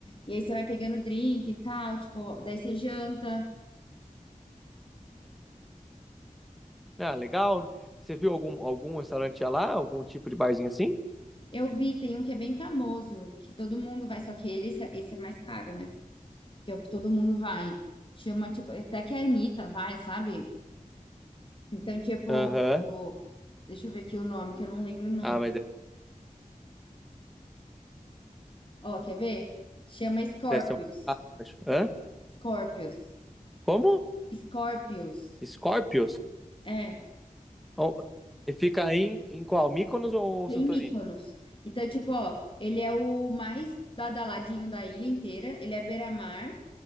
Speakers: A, on the left; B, in the centre.
A: E aí você vai pegando drink e tal, tipo, daí você janta.
B: Ah, legal. Você viu algum, algum restaurante lá? Algum tipo de barzinho assim?
A: Eu vi, tem um que é bem famoso, que todo mundo vai, só que ele, esse é esse é mais caro, né? que é o que todo mundo vai. Chama, tipo, até que a Anitta vai, sabe? Então, tipo,
B: Aham.
A: o- deixa eu ver aqui o nome, que eu não lembro o nome.
B: Ah, mas deve,
A: Ó, quer ver? Chama Scorpius.
B: deve ser mais caro, eu acho. Hã?
A: Scorpius.
B: Como?
A: Scorpius.
B: Scorpios?
A: É,
B: Oh, E fica aí em, em qual? Mykonos ou
A: fica
B: Santorini?
A: em Mykonos. Então, tipo, ó, ele é o mais badaladinho da ilha inteira, ele é beira-mar,